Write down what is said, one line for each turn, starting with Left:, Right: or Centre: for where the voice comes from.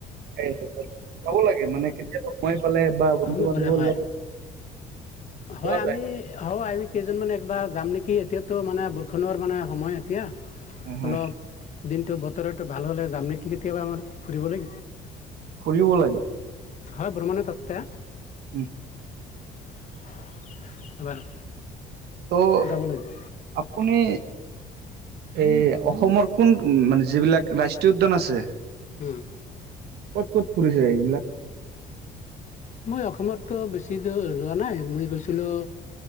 Right: ঠাই আছে তাত যাব লাগে মানে কেতিয়াবা মই গলে বা বন্ধু
Left: হয়
Right: বান্ধৱীৰ
Left: বোলে হয়।
Right: লগত
Left: হয়
Right: পোৱা যায়
Left: আমি হয় আমি কেইজন মানে একবাৰ যাম নেকি এতিয়াতো মানে বৰষুণৰ মানে সময় এতিয়া
Right: হয় হয়
Left: অলপ দিনটো বতটো ভাল হ'লে যাম নেকি কেতিয়াবা আমাৰ ফুৰিবলৈ
Right: ফুৰিব লাগে
Left: হয় ব্ৰমণে তাতে
Right: উম
Left: <inaudible> এবাৰ
Right: অ'
Left: যাব লাগিব
Right: আপুনি এই অসমৰ কোন মানে যিবিলাক ৰাষ্ট্ৰীয় উদ্যান আছে।
Left: উম।
Right: ক'ত ক'ত ফুৰিছে এইবিলাক?
Left: মই অসমতটো বেছি দূৰ যোৱা নাই মই গৈছিলো